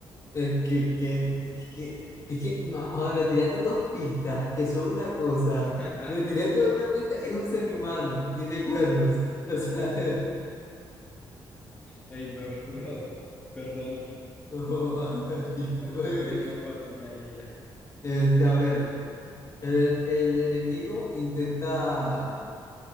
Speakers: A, on the left; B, on the left.
A: Es que, que, que, que, que- no, joder, me tiraste dos pistas, que son una cosa.
B: <laughs>
A: Me tiraste una pista, es un ser humano, tiene cuernos. O sea,
B: Hey, bro, bro, perdón.
A: <laughs> no, aquí,
B: Ahorita
A: madre.
B: te creo una más
A: <laughs>
B: fácil. Ya, ya, ya.
A: Este, a ver. El, el enemigo intenta,